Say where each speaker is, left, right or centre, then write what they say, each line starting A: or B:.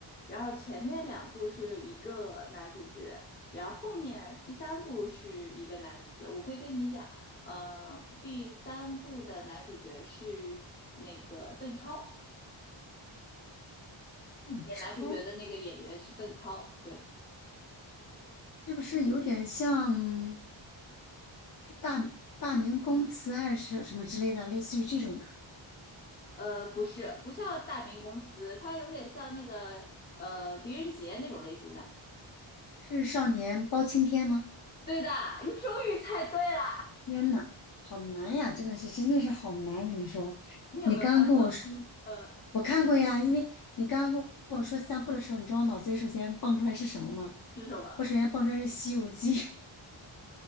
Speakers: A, on the left (about 20°); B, on the left (about 45°).
A: 然后前面两部是一个男主角，然后后面第三部是一个男主角。我可以跟你讲，呃，第三部的男主角是那个邓超，
B: 邓超
A: 演男主角的那个演员是邓超，对。
B: 是不是有点像是大大明宫词还是什么之类的，类似于这种的？
A: 呃，不是，不像大明公司，它有点像那个呃狄仁杰那种类型的。
B: 是少年包青天吗？
A: 对的，你终于猜对了。
B: 天呐，好难呀！真的是，真的是好难。跟你说，
A: 你有没有看过？
B: 你刚刚跟我说，
A: 呃，
B: 我看过呀。因为你刚刚跟我说三部的时候，你知道我脑子里首先蹦出来是什么吗？
A: 是什么？
B: 我首先蹦出来是《西游记》，